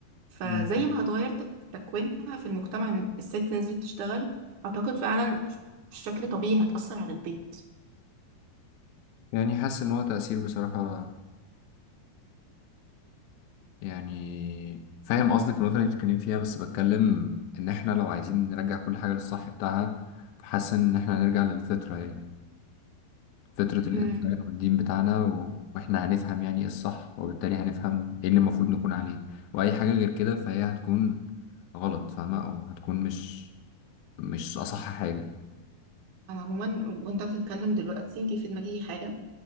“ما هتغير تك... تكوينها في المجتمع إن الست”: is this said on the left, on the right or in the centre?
Right